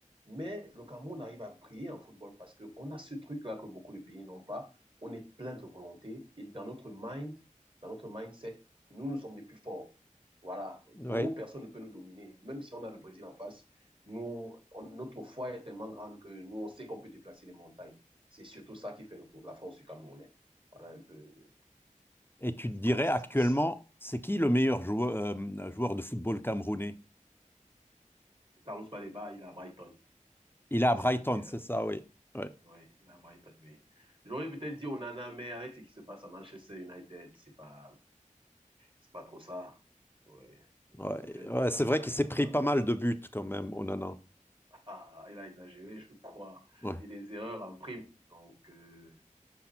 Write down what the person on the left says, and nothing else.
ouais.
Et tu te dirais
actuellement,
c'est qui le meilleur joueur, euh, joueur de football camerounais?
Il est à
Brighton,
c'est ça, oui. Ouais,
ouais.
Ouais,
c'est vrai
qu'il s'est pris pas
mal de buts quand même, Onana.
Ouais.